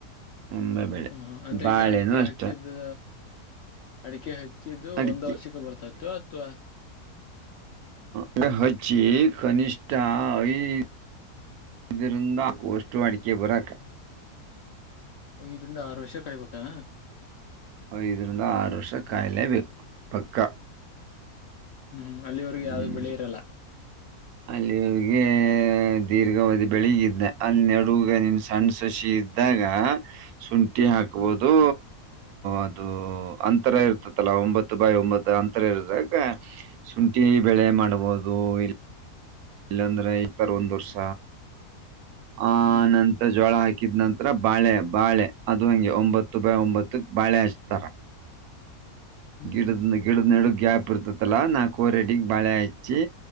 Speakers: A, on the right; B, on the left.
A: ಒಂದೇ ಬೆಳೆ
B: ಹ್ಮ ಹಾ ಅಂದ್ರೆ
A: ಬಾಳೆನೂ
B: ಈಗ ಅಡಿಕೆ ಹಾಕಿದ್ದ
A: ಅಷ್ಟ
B: ಅಡಿಕೆ ಹ ಚ್ಚಿದ್ದು
A: ಅಡಿಕೆ
B: ಒಂದ ವರ್ಷಕ್ಕೆ ಬರ್ತತೋ ಅಥವಾ
A: ಅದ ಹಚ್ಚಿ ಕನಿಷ್ಠ ಐದರಿಂದ ವಸ್ಟೂ ಅಡಿಕೆ ಬರಾಕ
B: ಐದರಿಂದ ಆರು ವರ್ಷ ಕಾಯ್ಬೇಕಾ
A: ಐದರಿಂದ ಆರು ವರ್ಷ ಕಾಯಿಲೆ ಬೇಕು ಪಕ್ಕ
B: ಹ್ಮ್ ಅಲ್ಲಿ ವರ್ಗ ಯಾವ್ದು
A: ಹ್ಮ್
B: ಬೆಳಿ ಇರಲ್ಲ
A: ಅಲ್ಲಿ ಅವಗೆ ದೀರ್ಘಾವಧಿ ಬೆಳಿಗಿದ್ದ ಅಲ್ಲಿೆ ನಡೂವ್ಗ ನಿನ್ ಸಣ್ಣ್ ಸೊಸಿ ಇದ್ದಾಗ ಶುಂಠ್ ಠೀ ಹಾಕಬೋದು
B: ಹ್ಮ್
A: ಅದು ಅಂತರ ಇರ್ತದಲ್ಲ ಒಂಬತ್ತು ಬೈ ಒಂಬತ್ತು ಅಂತರ ಇರದಾಗ ಶುಂಠಿ ಬೆಳೆ ಮಾಡ್ಬೋದು ಇಲ್ ಇಲ್ಲಾಂದ್ರೆ ಇಬರ್ ಒಂದು ವರ್ಷ ಆನಂತ್ರ
B: ಹ್ಮ್
A: ಜೋಳ ಹಾಕ್ ಹಾಕಿದ ನಂತರ ಬಾಳೆ ಬಾಳೆ ಅದು ಹಂಗೆ ಒಂಬತ್ತು ಬೈ ಒಂಬತ್ತಕ್ ಬಾಳೆ ಹಚ್ತಾರ
B: ಹ್ಮ್
A: ಗಿಡದ
B: ಹ್ಮ್
A: ಗಿಡದ ನಿಡ ಗ್ಯಾಪ್ ಬರ್ತತಲ್ಲ ನಾ ಕೋರೆಡಿಗೆ ಬಾಳೆ ಹಚ್ಚಿ